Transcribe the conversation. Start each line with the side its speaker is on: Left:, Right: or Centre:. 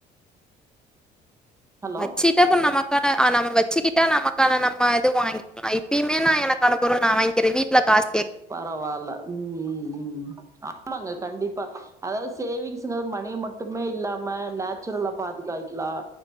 Right: ஹலோ
Centre: வெச்சிட்டா இப்ப நமக்கான ஆ நம்ம வெச்சிகிட்டா நமக்கான நம்ம இது வாங்கிக்லா இப்பியுமே நா எனக்கானப் பொருள் நா வாய்ங்க்கிற வீட்ல காச்
Right: பரவால்ல ம் ம் ம் ம் ஆமாங்க கண்டிப்பா அதாவ்து சேவிங்ஸ்ங்கது மணிய மட்டுமே இல்லாம நேச்சுரலப் பாத் காய்க்லா